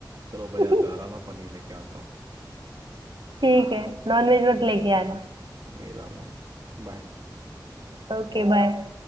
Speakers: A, on the right; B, on the right.
A: चलो बाजार
B: होती
A: जा
B: <laughs>
A: रहा हूं, मैं पनीर लेके आता हूँ
B: ठीक है नॉनवेज मत लेके आना
A: नहीं लाऊंगा बाय
B: Okay bye